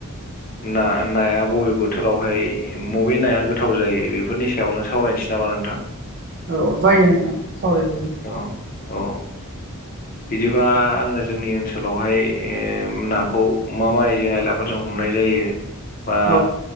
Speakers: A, on the left (about 40°); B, on the right (about 50°).
A: ना नाया बबे बोथोरावहाय मबे नाया गोथाव जायो बेफोरनि सायावनो सावरायनोसै नामा नोंथां?
B: औ जायो नोंथां सावरायजायो।
A: औ औ बिदिबा आङो जोंनि ओनसोलावहाय ओ नाखौ मा मा आयजें आयला फोरजों हमनाय जायो बा
B: औ